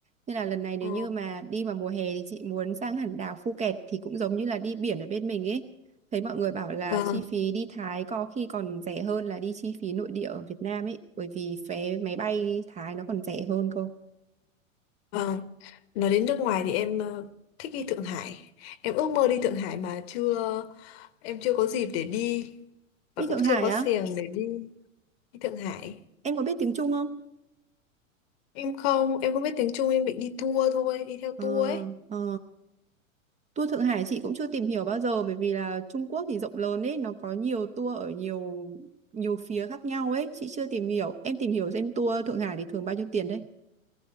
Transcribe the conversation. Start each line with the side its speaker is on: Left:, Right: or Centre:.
Right: nên là lần này nếu
Left: Ờ,
Right: như mà đi vào mùa hè thì chị muốn sang hẳn đảo Phuket thì cũng giống như là đi biển ở bên mình ấy thấy mọi người bảo là
Left: Vâng,
Right: chi phí đi Thái có khi còn rẻ hơn là đi chi phí nội địa ở Việt Nam ấy bởi vì vé máy bay Thái nó còn rẻ hơn cơ
Left: vâng Nói đến nước ngoài thì em ờ, thích đi Thượng Hải Em ước mơ đi Thượng Hải mà chưa Em chưa có dịp để đi Và
Right: đi
Left: cũng
Right: Thượng Hải
Left: chưa có
Right: á
Left: xèng để đi, đi Thượng Hải
Right: em có biết tiếng Trung không
Left: Em không, em không biết tiếng Trung em bị đi tour thôi, đi theo
Right: ờ
Left: tour ấy.
Right: ờ Tour Thượng Hải chị cũng chưa tìm hiểu bao giờ bởi vì là Trung Quốc thì rộng lớn ấy, nó có nhiều tour ở nhiều nhiều phía khác nhau ấy, chị chưa tìm hiểu. Em tìm hiểu xem tour Thượng Hải thì thường bao nhiêu tiền đấy.